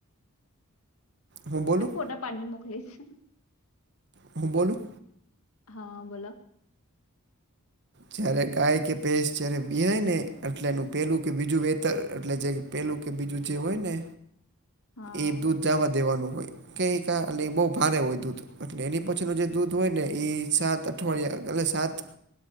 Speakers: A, on the right (about 55°); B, on the left (about 75°).
A: હું બોલું
B: મેં ફોટો પાડીને મોકલીશ.
A: હું બોલું?
B: હા બોલો.
A: જ્યારે ગાય કે ભેંસ જ્યારે વિહાય ને એટલે એનું પેલું કે બીજું વેતર એટલે જે પહેલું કે બીજું જે હોય ને
B: હા
A: એ દૂધ જાવા દેવાનું હોય. કેઈક આ એટલે એ બહુ ભારે હોય દૂધ. અટલે એની પછીનું જે દૂધ હોય ને એ સાત અઠવાડિયા એટલે સાત